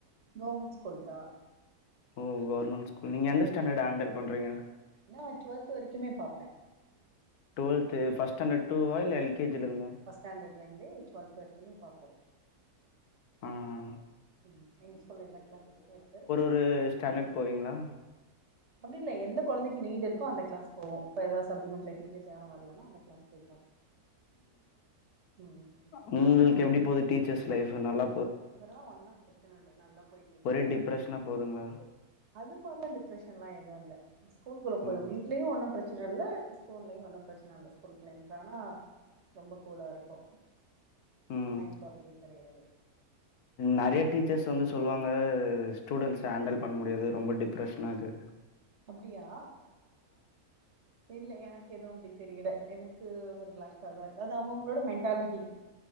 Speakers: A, on the right; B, on the left.
A: கவர்மெண்ட் ஸ்கூல் தா
B: ம் கேவர்மெண்ட் ஸ்கூல் நீ எந்த ஸ்டாண்டர்ட் ஹேண்டல் பண்றீங்க
A: நா டுவல்த் வரைக்குமே பாப்பே
B: டுவெல்து ஃப்ஸ்டாண்டர் டுவா இல்ல எல் கே ஜில இருந்தா
A: ஸாண்டர்ட்லந்து டுவெல்த் வரைக்கும்மே பாப்போ
B: ம் ம்
A: ம் எங்க ஸ்கூல்ல எல்லா கிளாஸ்மே இருக்கு
B: ம் ஸ்டாண்டர்ட் போவீங்களா
A: அப்டி இல்ல எந்த கொழந்தைக்கு நீடு இருக்கோ அந்த கிலாஸ் போவோம் இப்ப ஏதாவது சப்ளிமெண்ட்ல ட்ரைனி டிச்சர்ஸ் யாரும் வரலனா கிளாஸ் போப்பாங்க ம்
B: ம் உங்களுக்கு எப்டி போகுது டீச்சர்ஸ் லைஃப் எல்லா
A: இதெல்லா ஒன்னு பிரச்சனை இல்ல நல்லா போயிட்டு இருக்கு
B: ஒரே டிப்பரஷனா போகுதுங்களா
A: அது மாரிலா டிப்ரஷன்லா எதுவு இல்ல ஸ்கூல் குள்ள போய்
B: ம்
A: வீட்லயு ஒன்னு பிரச்சன இல்ல ஸ்கூல்லயு ஒன்னு பிரச்சன இல்ல ஸ்கூல் குள்ள ஆனா ரொம்ப கூலா இருக்கு
B: ம்
A: டைம் போறதே தெரியாது
B: நெறைய டீச்சர்ஸ் வந்து சொல்லுவாங்க ஸ்டூடெண்ட்ஸ ஹேண்டல் பண்ண முடியாது ரொம்ப டிப்ரெஷனா இருக்கு
A: அப்டியா இல்ல எனக்கு எதும் அப்டி தெரியல எனக்கு ரிலாக்ஸ்தா இருக்கு அது அவங்க அவங்களோட மென்டாலிட்டி